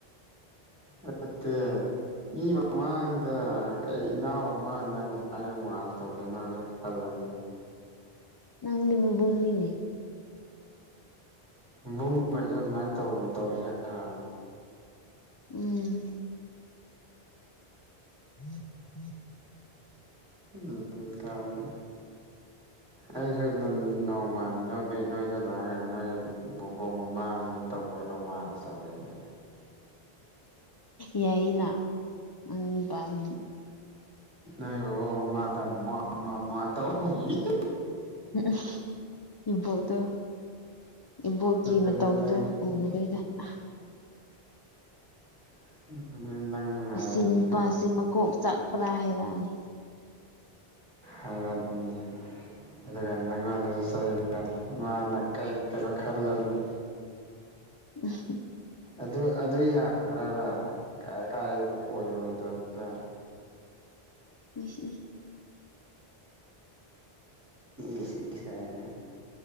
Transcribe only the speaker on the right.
ꯅꯠꯇꯦ ꯃꯤ ꯃꯃꯥꯡ ꯗ ꯀꯩ ꯏꯅꯥꯎ ꯃꯃꯥꯡꯗ ꯀꯃꯥꯏ ꯔꯣꯃꯥꯟꯁ ꯇꯧꯗꯣꯏꯅꯣ ꯅꯪꯖꯨ ꯈꯜꯂꯣꯅꯦ
ꯃꯕꯨꯡ ꯑꯣꯢꯕꯁꯨ ꯑꯗꯨꯃꯥꯏ ꯇꯧꯕ ꯇꯧꯁꯦ ꯍꯥꯏꯔ
ꯎꯝ ꯀꯥꯢꯅ
ꯑꯩꯁꯨ ꯅ ꯅꯣꯡꯃ ꯅꯣꯏ ꯅꯣꯏꯗ ꯂꯥꯛꯑꯒ ꯅꯣꯏ ꯕꯣꯕꯣꯛ ꯃꯃꯥꯡꯗ ꯇꯧꯒ ꯔꯣꯃꯥꯟꯁ ꯇꯧꯒꯦ ꯑꯗꯨꯗꯤ
ꯅꯣꯢ ꯕꯣꯕꯣꯛ ꯃꯃꯥꯡꯗ ꯎꯝꯋꯥ ꯎꯝꯋꯥ ꯎꯝꯋꯥ ꯇꯧꯕꯤꯒꯦ
ꯑꯗꯨꯗꯤ
ꯅꯪ
<unintelligible> ꯅꯨꯡꯉꯥꯏꯔꯝꯃꯅꯤꯀꯣ
<unintelligible> ꯑꯗꯨꯒ ꯅꯪꯉꯣꯟꯗꯁꯨ ꯆꯩꯔꯅꯤ ꯃꯥꯅ ꯀꯩ ꯀꯩꯅꯣ ꯈꯜꯂꯅꯤ
ꯑꯗꯨ ꯑꯗꯨ ꯌꯥꯕ꯭ꯔꯕ ꯀꯥꯏ ꯑꯣꯏꯔꯣꯏꯗꯕꯗ
ꯏꯁ ꯏꯁ <unintelligible>